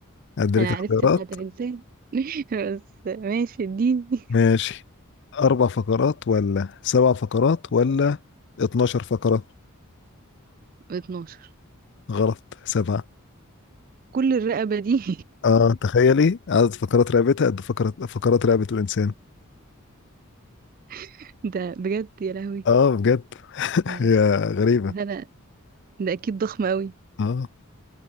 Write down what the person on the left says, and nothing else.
أديلك
اختيارات
ماشي أربع فقرات ولا سبع فقرات ولا 12 فقرة
غلط سبعة
اه تخيلي عدد فقرات رقبتها قد فقرات فقرات رقبة الإنسان
اه بجد <laughs>
هي غريبة
اه